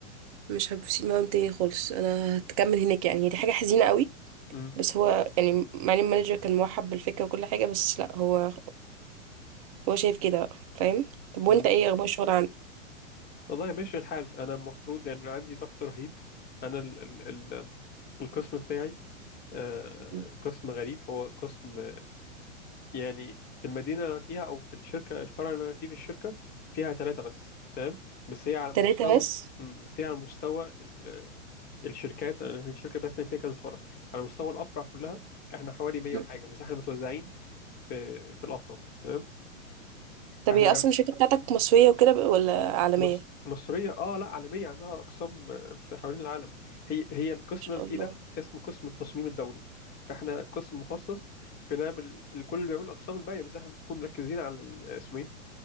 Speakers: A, on the right; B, on the left.
A: مش هبسيط معاهم تاني خالص انا هتكمل هناك يعني هي دي حاجة حزينة قوي
B: امم
A: بس هو يعني مع ان المانجر كان مرحب بالفكرة وكل حاجة بس لا هو هو شايف كده بقى فاهم طب
B: امم
A: وانت ايه اخبار الشغل
B: والله ماشي الحال انا المفروض يعني عندي ضغط رهيب انا ال... ال... ال... القسم بتاعي آه...
A: هم.
B: قسم غريب هو قسم يعني في المدينة اللي أنا فيها أو في الشركة الفرع اللي أنا فيه في الشركة فيها ثلاثة بس فاهم بس هي على مستوى
A: تلاتة بس
B: مم، بس هي على مستوى ال- الشركات أنا الشركة بتاعتنا فيها كذا فرع على مستوى الأفرع كلها إحنا حوالي 100
A: مم.
B: وحاجة بس إحنا متوزعين في في الأفرع تمام
A: طب
B: إحنا
A: هي اصلا الشركة بتاعتك مصرية وكده ب- ولا عالمية
B: مص...
A: ان
B: مصرية آه لا عالمية عندها أقسام آه، في حوالين العالم هي هي القسم
A: شاء
B: اللي أنا
A: الله
B: فيه ده اسمه قسم التصميم الدولي فإحنا قسم مخصص بنعمل الكل اللي بيعمل الأقسام الباقية بس إحنا بنكون مركزين على ال- اسمه إيه